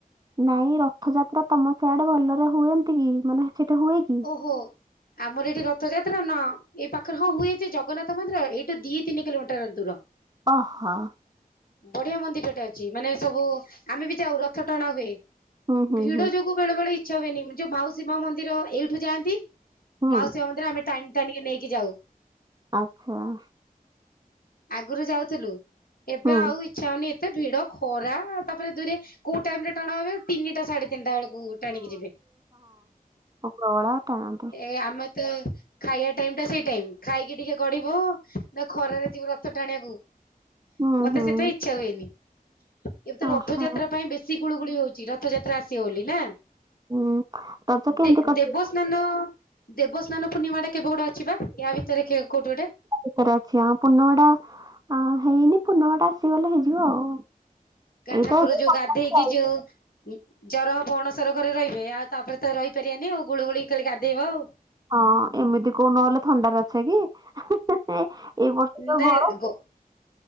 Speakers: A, on the right; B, on the left.
A: ନାଇଁ, ରଥଯାତ୍ରା ତମ ସେଆଡେ ଭଲରେ ହୁଏନ୍ତିକି? ମାନେ ସଠି ହୁଏ କି?
B: ଓହୋ। ଆମର ଏଠି ରଥଯାତ୍ରା ନାଁ ଏଇ ପାଖରେ ହଁ ହୁଏ ଯେ, ଜଗନ୍ନାଥ ମନ୍ଦିର ଏଇଠୁ ଦି ତିନି କିଲୋମିଟର ଦୂର।
A: ଓହୋ।
B: ବଢିଆ ମନ୍ଦିରଟେ ଅଛି। ମାନେ ସବୁ ଆମେ ବି ଯାଉ ରଥ ଟଣା ହୁଏ।
A: ହୁଁ ହୁଁ
B: ଭିଡ
A: ହୁଁ
B: ଯୋଗୁ ବେଳେ ବେଳେ ଇଚ୍ଛା ହୁଏନି। ଯୋଉ ମାଉସୀମା ମନ୍ଦିର ଏଇଠୁ ଯାଆନ୍ତି
A: ହୁଁ
B: ମାଉସୀ ମା ମନ୍ଦିରରେ ଆମେ ଟାଣି, ଟାଣିକେ ନେଇକି ଯାଉ।
A: ଆଉ <unintelligible>
B: ଆଗରୁ ଯାଉଥିଲୁ, ଏବେ
A: ହୁଁ।
B: ଆଉ ଇଚ୍ଛା ଇଚ୍ଛା ହଉନି। ଏତେ ଭିଡ ଖରା ତାପରେ ଦୂରେ କୋଉ ଟାଇମ ଟଣାଣବେ ତିନିଟା ସାଢେ ତିନିଟା ବେଳକୁ ଗୋଟେ ଟାଣିକି ଯିବେ,
A: ହଁଳା ଟାଣନ୍ତି।
B: ଏ ଆମ ତ ଖାଇବା ଟାଇମ ଟା ସେଇ ଟାଇମ, ଖାଇକି ଟିକେ ଗଢିବ ନା ଖରାରେ ଯିବ ରଥ ଟାଣିବାକୁ?
A: ହୁଁ
B: ମତେ
A: ହୁଁ।
B: ସେଥିପାଇଁ ଇଚ୍ଛା ହୁଏନି। ଏବେ ତ ରଥଯାତ୍ରା
A: ଓହୋ
B: ପାଇଁ ବେଶୀ ଗୁଳୁଗୁଳି ହଉଛି। ରଥଯାତ୍ରା ଆସି ହଉ ବୋଲି ନା?
A: ହୁଁ। ରଜ କେମିତି
B: ଦେ
A: କଟେଇବା
B: ଦେବସ୍ନାନ, ଦେବସ୍ନାନ ପୂର୍ଣ୍ଣିମା ଟା କେବେ ଗୋଟେ ଅଛିିବା, ୟା ଭିତରେ କୋଉଠି ଗୋଟେ?
A: ଭିତରେ ଅଛି, ଆ ପୁର୍ଣ୍ଣମଟା ହେଇନି ପୁର୍ଣ୍ଣମିଟା ଆସିଗଲେ ହେଇଯିବ ଆଉ।
B: ଗାଁ
A: ଏଇତ
B: ଠାକୁର
A: ଏବେ
B: ଯୋଉ
A: ସଂକ୍ରାନ୍ତି
B: ଗାଧେଇକି
A: ଯାଉଛି
B: ଯୋଉ ଜର ହବ। ଅଣସର ଘରେ ରହିବେ ଆଉ ତାପରେ ତ ରହିପାରିବାନି ଆଉ ଗୁଳୁଗୁଳିକି ଖାଲି ଗାଧେଇବ ଆଉ।
A: ହଁ ଏମିତି କୋଉ ନହେଲେ ଥଣ୍ଡାରେ ଅଛେ କି? ଏଇ ବର୍ଷ ଯୋ
B: ନା
A: ଗରମ
B: ଗୋ